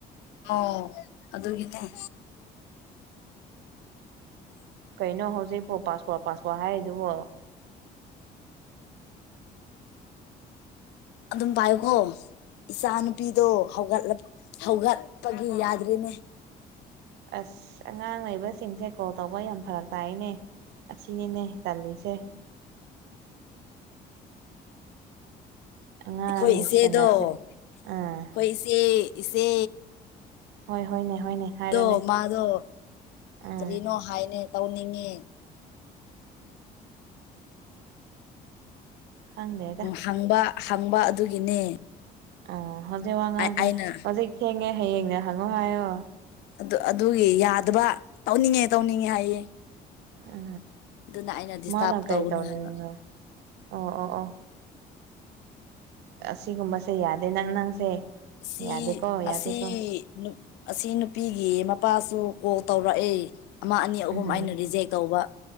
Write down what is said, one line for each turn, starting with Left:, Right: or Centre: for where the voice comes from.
Left: ꯑꯣ ꯑꯗꯨꯒꯤꯅꯦ
Right: ꯀꯩꯅꯣ ꯍꯧꯖꯤꯛꯄꯣ ꯄꯥꯁꯄꯣꯔꯠ ꯄꯥꯁꯄꯣꯔꯠ ꯍꯥꯏꯔꯤꯗꯨꯕꯣ
Left: ꯑꯗꯨꯝ ꯄꯥꯏꯌꯨꯈꯣ ꯏꯆꯥ ꯅꯨꯨꯄꯤꯗꯣ ꯍꯧꯒꯠꯂ ꯍꯧꯒꯠꯄꯒꯤ ꯌꯥꯗ꯭ꯔꯤꯅꯦ
Right: ꯑꯁ ꯑꯉꯥꯡ ꯂꯩꯕꯁꯤꯡꯁꯦ ꯀꯣꯜ ꯇꯧꯕ ꯌꯥꯝ ꯐꯔꯛ ꯇꯥꯏꯅꯦ ꯑꯁꯤꯅꯤꯅꯦ ꯇꯜꯂꯤꯁꯦ ꯑꯉꯥꯡ
Left: ꯑꯩꯈꯣꯏ ꯏꯆꯦꯗꯣ
Right: ꯁꯦꯟꯅꯁꯦ
Left: ꯑꯩꯈꯣꯏ
Right: ꯑꯥ
Left: ꯏꯆꯦ ꯏꯆꯦ
Right: ꯍꯣꯏ ꯍꯣꯏꯅꯦ ꯍꯣꯏꯅꯦ ꯍꯥꯏꯔꯣꯅꯦ
Left: ꯣ ꯃꯥꯗꯣ
Right: ꯑꯥ
Left: ꯀꯔꯤꯅꯣ ꯍꯥꯏꯅꯦ ꯇꯧꯅꯤꯡꯉꯦ
Right: ꯈꯪꯗꯦꯗ
Left: ꯍꯪꯕ ꯍꯪꯕ ꯑꯗꯨꯒꯤꯅꯦ
Right: ꯑꯥ ꯍꯧꯖꯤꯛ ꯋꯥ ꯉꯥꯡꯒ
Left: ꯑꯩꯅ
Right: ꯍꯧꯖꯤꯛ ꯊꯦꯡꯉꯦ ꯍꯌꯦꯡꯅꯦ ꯍꯪꯉꯣ ꯍꯥꯏꯌꯣ
Left: ꯑꯗꯨ ꯑꯗꯨꯒꯤ ꯌꯥꯗꯕ ꯇꯧꯅꯤꯡꯉꯦ ꯇꯧꯅꯤꯡꯉꯦ ꯍꯥꯏꯌꯦ
Right: ꯑ
Left: ꯑꯗꯨꯅ ꯑꯩꯅ ꯗꯤꯁꯇꯥꯔꯕ
Right: ꯃꯥꯅ ꯀꯥꯏ
Left: ꯇꯧꯒꯅꯨ
Right: ꯇꯧꯅꯤꯒ
Left: ꯍꯥꯏꯕ
Right: ꯑꯣ ꯑꯣ ꯑꯣ ꯑꯁꯤꯒꯨꯝꯕꯁꯦ ꯌꯥꯗꯦ ꯅꯪ ꯅꯪꯁꯦ
Left: ꯑꯁꯤꯁꯤ
Right: ꯌꯥꯗꯦꯀꯣ ꯌꯥꯗꯦꯀꯣ
Left: ꯑꯁꯤꯁꯤ ꯅꯨ ꯑꯁꯤ ꯅꯨꯄꯤꯒꯤ ꯃꯄꯥꯁꯨ ꯀꯣꯜ ꯇꯧꯔꯛꯑꯦ ꯑꯃ ꯑꯅꯤ ꯑꯍꯨꯝ
Right: ꯎꯝ
Left: ꯑꯩꯅ ꯔꯤꯖꯦꯛ ꯇꯧꯕ